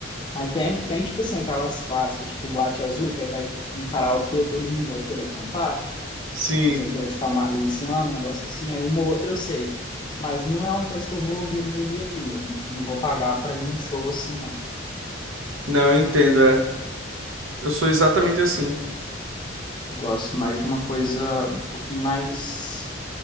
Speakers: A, on the left; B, on the right.
A: Aí tem, tem, tipo assim, aquelas clássicas, tipo Boate Azul, que aí vai num karaokê, todo mundo vai querer cantar,
B: Sim,
A: uns Zezé de Camargo e Luciano, um negócio assim, aí uma ou outra eu sei. Mas não é uma coisa que eu vou ouvir no meu dia a dia, não, não vou pagar pra ir num show assim, não.
B: não, eu entendo, é. Eu sou exatamente assim.
A: Eu gosto mais de uma coisa um pouquinho mais,